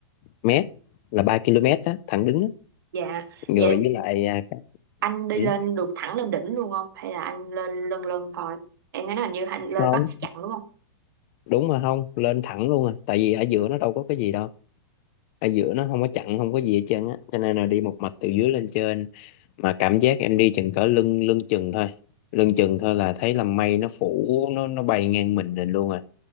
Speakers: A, on the left (about 30°); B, on the right (about 55°).
A: mét là 3 km á thẳng đứng á
B: dạ
A: rồi
B: vậy
A: với lại à, cái-
B: anh đi
A: ừ,
B: lên được thẳng lên đỉnh luôn không hay là anh lên lân lân thôi em nghe nói hình như anh lên
A: không
B: có hai chặng đúng không
A: đúng mà không lên thẳng luôn à tại vì ở giữa nó đâu có cái gì đâu ở giữa nó không có chặn không có gì hết trơn á cho nên là đi một mạch từ dưới lên trên mà cảm giác em đi chừng cỡ lưng lưng chừng thôi lưng chừng thôi là thấy là mây nó phủ nó nó bay ngang mình lên luôn